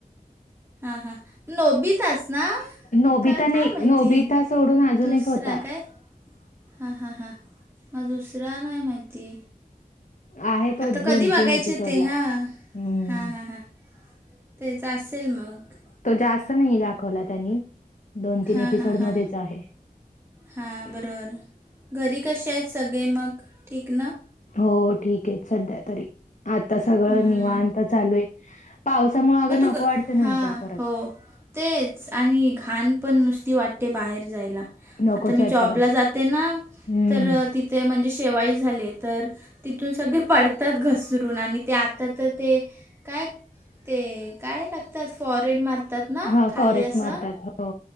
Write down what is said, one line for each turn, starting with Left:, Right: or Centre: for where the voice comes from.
Right: हा हां नोबी ताच. ना
Left: नोबिता
Right: का
Left: नाही,
Right: काय माहिती
Left: नोबिता सोडून अजून
Right: दुसरा
Left: एक होता.
Right: काय. हां हां हां, मग दुसरा नाही माहिती.
Left: आहे तो
Right: आता कधी बघायचे
Left: एपिसोडला.
Right: ते हा
Left: हम्म.
Right: हा हा, तेच असेल मग.
Left: तो जास्त नाही दाखवला त्यांनी.
Right: हा
Left: एपिसोडमध्येच
Right: हा हा,
Left: आहे.
Right: हां बरोबर घरी कसे आहेत सगळे मग ठीक ना.
Left: हो ठीक आहे सध्या तरी आता सगळं
Right: हम्म
Left: निवण तर चालू आहे. पावसामुळे अगं
Right: मग तू
Left: नको
Right: ग
Left: वाढतं नंतर
Right: हां
Left: परत.
Right: हो तेच आणि घाण पण नुसती वाटते बाहेर जायला.
Left: नकोच
Right: आता मी
Left: वाटतं
Right: जॉबला
Left: बाहेर.
Right: जाते ना
Left: हम्म.
Right: तर तिथे म्हणजे शेवाई झाले तर. तिथून सगळे पडतात घसरून आणि ते आता तर ते काय. ते काय टगतात फॉरेड मारतात ना
Left: हां,
Right: खाली
Left: फॉरेस्ट
Right: असं.
Left: मारतात. हो.